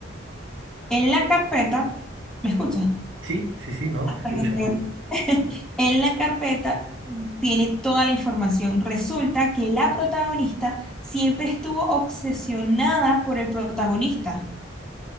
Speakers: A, in the centre; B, on the right.
A: En la carpeta, ¿me escuchas?
B: Sí, sí, sí, no, te escucho.
A: Perdón, perdón. <laughs> En la carpeta tiene toda la información. Resulta que la protagonista siempre estuvo obsesionada por el protagonista.